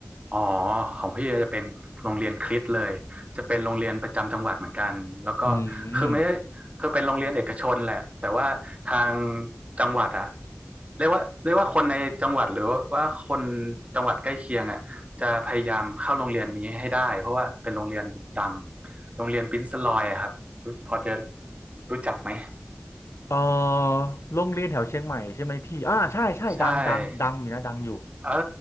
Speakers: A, on the right; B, on the left.
A: อ๋อของพี่จะเป็นโรงเรียนคริสต์เลยจะเป็นโรงเรียนประจำจังหวัดเหมือนกันแล้วก็คือไม่ได้คือเป็นโรงเรียนเอกชนแหละแต่ว่าทาง
B: อืม
A: จังหวัดอะเรียกว่าเรียกว่าคนในจังหวัดหรือว่าคนจังหวัดใกล้เคียงอะจะพยายามเข้าโรงเรียนนี้ให้ได้เพราะว่าเป็นโรงเรียนดังโรงเรียนปรินซ์ลอยอะครับรู้พอจะรู้จักไหม
B: เอ่อโรงเรียนแถวเชียงใหม่ใช่ไหมพี่อ่าใช่ใช่ดังดังดังอยู่นะดังอยู่
A: ใช่ เออ